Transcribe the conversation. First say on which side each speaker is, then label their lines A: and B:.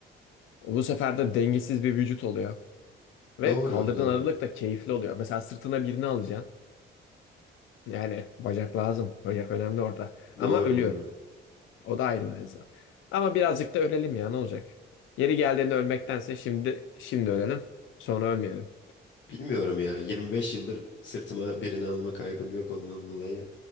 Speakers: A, on the left; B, on the left.
A: Bu sefer de dengesiz bir vücut oluyor. Ve
B: Doğru,
A: kaldırdığın
B: doğru.
A: ağırlık da keyifli oluyor. Mesela sırtına birini alacaksın. Yani bacak lazım. Bacak önemli orada. Ama
B: Doğru
A: ölüyor.
B: doğru.
A: O da ayrı mevzu. Ama birazcık da ölelim ya ne olacak? Yeri geldiğinde ölmektense şimdi şimdi ölelim. Sonra ölmeyelim.
B: Bilmiyorum ya. 25 yıldır sırtıma birini alma kaygım yok ondan dolayı